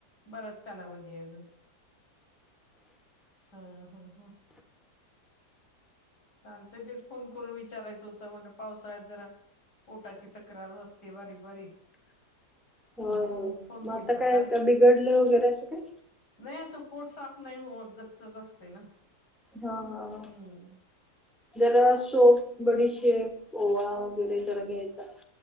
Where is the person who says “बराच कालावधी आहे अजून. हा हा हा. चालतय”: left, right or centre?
Left